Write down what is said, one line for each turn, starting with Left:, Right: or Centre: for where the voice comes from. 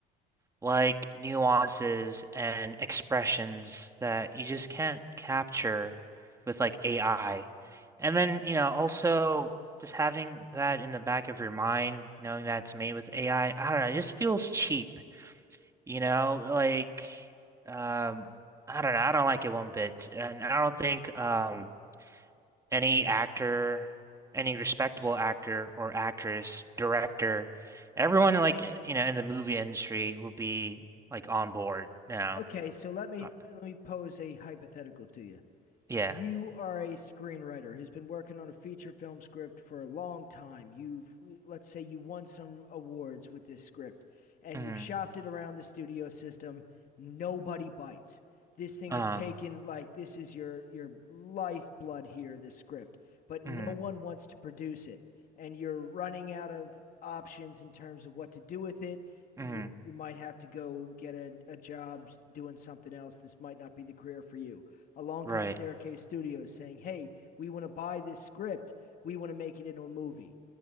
Right: like nuances and expressions that you just can't capture with like AI. And then, you know, also just having that in the back of your mind, knowing that it's made with AI, I I don't know, it just feels cheap, you know, like um I don't know, I don't like it one bit. And I don't think um any actor, any respectable actor or actress, director, everyone like you know in the movie industry would be like on board now.
Left: Okay, so let me
Right: Uh,
Left: let me pose a hypothetical to you.
Right: yeah.
Left: you are a screenwriter who's been working on a feature film script for a long time. You've, let's say, you won some awards with this script and
Right: hmm
Left: you've shopped it around the studio system. Nobody bites. This thing
Right: Uh-huh.
Left: is taken like this is your your lifeblood here, this script, but no
Right: hmm
Left: one wants to produce it. And you're running out of options in terms of what to do with it. You,
Right: hmm
Left: you might have to go get a, a job doing something else. This might not be the career for you along
Right: Right.
Left: comes Staircase Studios saying, "Hey, we want to buy this script. We want to make it into a movie."